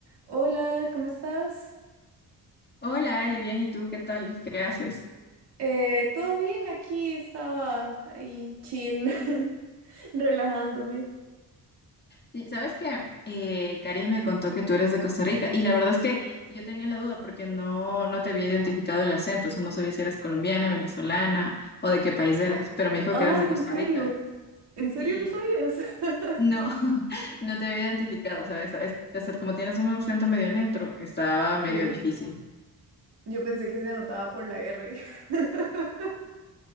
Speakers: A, on the right; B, on the left.
A: Hola, ¿cómo estás?
B: Hola Ari, bien, ¿y tú qué tal? ¿Qué haces?
A: Eh, ¿todo bien? Aquí estaba ahí chill, <laughs> relajándome.
B: Sí, sabes que eh, Karim me contó que tú eres de Costa Rica y la verdad es que yo tenía la duda porque no, no te había identificado el acento, o sea, no sabía si eras colombiana, venezolana o de qué país eras, pero me dijo
A: Ay,
B: que eras de Costa
A: ¿en serio?
B: Rica.
A: ¿En serio
B: Sí,
A: no sabías? <laughs>
B: no, <laughs> no te había identificado, o sea, es- es- o sea, como tienes un acento medio neutro, estaba medio
A: Sí,
B: difícil,
A: yo pensé que se anotaba por la R. <laughs>